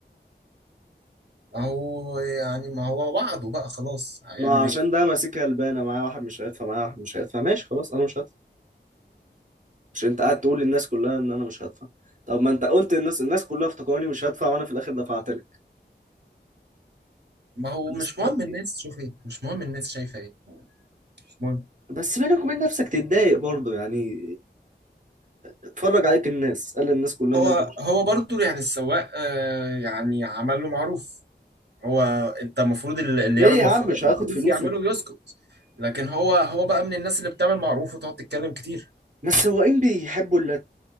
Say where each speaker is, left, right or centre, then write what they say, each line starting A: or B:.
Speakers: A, on the right; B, on the right.
A: اهو يعني ما هو وعده بقى خلاص هيعمل
B: ما عشان
A: ايه
B: ده ماسكها البانه معايا واحد مش هيدفع معايا واحد مش هيدفع ماشي خلاص انا مش هدفع مش انت قاعد تقول للناس كلها ان انا مش هدفع طب ما انت قلت للناس الناس كلها افتكروني مش هدفع وانا في الاخر دفعت لك
A: ما هو
B: انا
A: مش
B: استفدت
A: مهم الناس
B: ايه
A: تشوف ايه مش مهم الناس شايفه ايه مش مهم
B: بس بينك وبين نفسك تتضايق برضه يعني اتفرج عليك الناس قال للناس كلها
A: هو
B: ان انت مش
A: هو برضو يعني السواق آه يعني عمل له معروف هو انت المفروض اللي اللي
B: ليه
A: يعمل
B: يا عم
A: مفرو-
B: مش
A: معروف
B: هاخد فلوسه
A: يعمله ويسكت لكن هو هو بقى من الناس اللي بتعمل معروف وتقعد تتكلم كتير
B: ما السواقين بيحبوا اللت